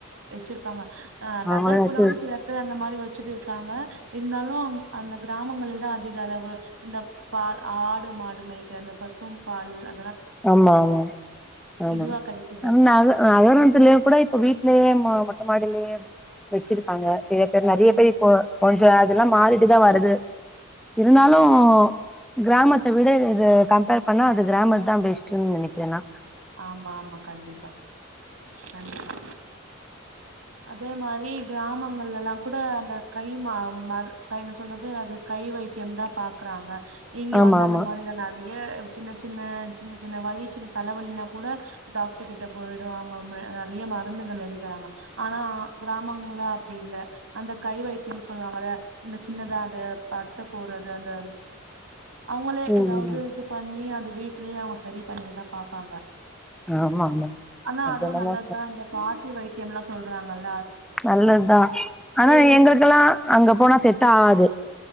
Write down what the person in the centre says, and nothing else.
அவங்கள
நட்டு வச்சு
ஆமா ஆமா ஆமாங்
நக நகரத்துலயே கூட இப்ப வீட்லயே மொ மொட்ட மாடிலயே உம் வெச்சிருக்காங்க சில பேர் நறைய
பேர் இப்போ கொஞ்சம் அதெல்லா மாறிட்டு தா வருது இருந்தாலு கிராமத்த விட இது கம்பேர் பண்ணா அது கிராமத் தா பெஸ் ட்ன் நெனைக்கிறே நா
ஆமா
ஆமா
ம்
ம்
ஆமா ஆமா
அது
என்னமோ
நல்லத்தா ஆனா
எங்குளுக் கெல்லா அங்க போனா செட் ஆவாது